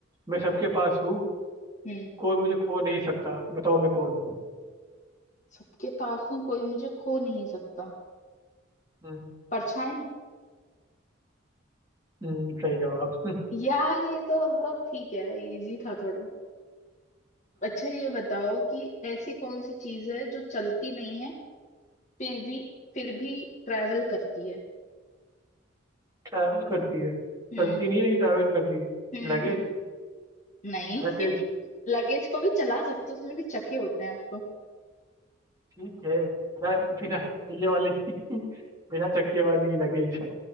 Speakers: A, on the right; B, on the left.
A: मैं सबके पास हूँ
B: हम्म
A: कोई मुझे खो नहीं सकता बताओ मैं कौन हूँ
B: सबके पास हूँ कोई मुझे खो नहीं सकता
A: हम्म
B: परछाई
A: हम्म, सही जवाब <laughs>
B: यार ये तो मतलब ठीक है इजी था थोड़ा अच्छा ये बताओ कि ऐसी कौन सी चीज है जो चलती नहीं है फिर भी फिर भी ट्रैवल करती है
A: ट्रैवल करती है
B: हम्म
A: चलती नहीं है लेकिन ट्रैवल करती है
B: हम्म
A: लगेज
B: हम्म नहीं
A: लगेज
B: <laughs> लगेज को भी चला सकते हो उसमें भी चके होते हैं अब तो
A: ठीक है बिना बिना ये वाली <laughs> बिना चक्के वाली लगेज